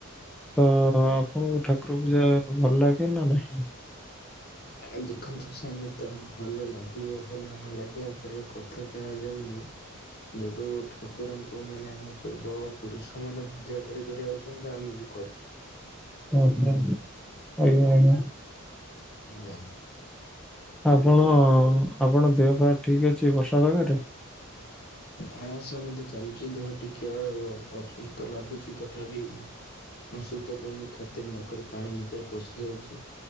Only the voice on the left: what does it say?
ଆଜ୍ଞା ଦେଖନ୍ତୁ ସେମତି ତ ହବ ଭଲ ଲାଗିବ ଭଲ ନ ଲାଗିବା ଉପରେ କଥାଟା ଯାଉନି ଯେହେତୁ ଠାକୁରଙ୍କୁ ମାନେ ଆମ ପୂର୍ବ ପୁରୁଷ ମାନେ ପୂଜା କରି କରି ଆଉଛନ୍ତି ତ ଆମେ ବି କରୁ। <inaudible>
ଆଜ୍ଞା।
ହଁ ସେମିତି ଚାଲୁଚି ଦେହ ଟିକେ ଅସୁସ୍ଥ ଲାଗୁଛି ତଥାପି ଅସୁସ୍ଥତା କୁ ଖାତିରେ ନକରି ପାଣି ଭିତରେ ପଶି ଯାଉଛି